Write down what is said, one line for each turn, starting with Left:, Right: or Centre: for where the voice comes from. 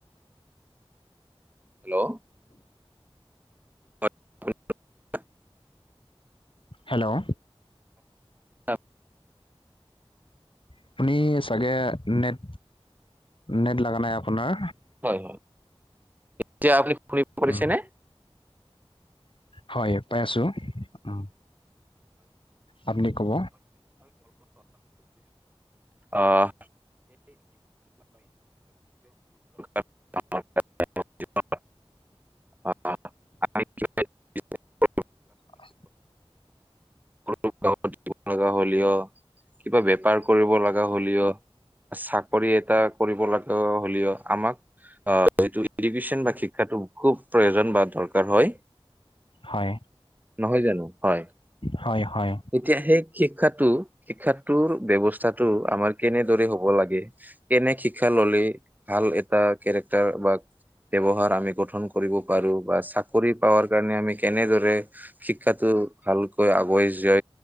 Right: হেল্ল' <inaudible>
Left: হেল্ল'
Right: তাত
Left: আপুনি চাগে নেট নেট লগা নাই আপোনাৰ
Right: হয় এতিয়া আপুনি শুনিছেনে
Left: উম, হয় পাই আছো উ আপুনি কব
Right: অ <unintelligible> অ <unintelligible>
Left: আ
Right: মৰ জীৱন গা হলি অ কিবা বেপাৰ কৰিব লগা হ'লেও চাকৰি এটা কৰিব লাগে হ'লেও আমাক অ এইটো ইডুকেশ্যন বা শিক্ষাটো খুব প্ৰয়োজন বা দৰকাৰ হয়।
Left: হয়,
Right: নহয় জানো হয়
Left: হয়, হয়,
Right: এতিয়া সেই শিক্ষাটো শিক্ষাটোৰ ব্যৱস্থাটো আমাৰ কেনে- হব লাগে এনে শিক্ষা ললে ভাল এটা কেৰেক্টাৰ বা ব্যৱহাৰ আমি গঠন কৰিব পাৰো বা চাকৰি পাৰ কাৰণে আমি কেনেদৰে শিক্ষাতো- ভক আগুৱাই যা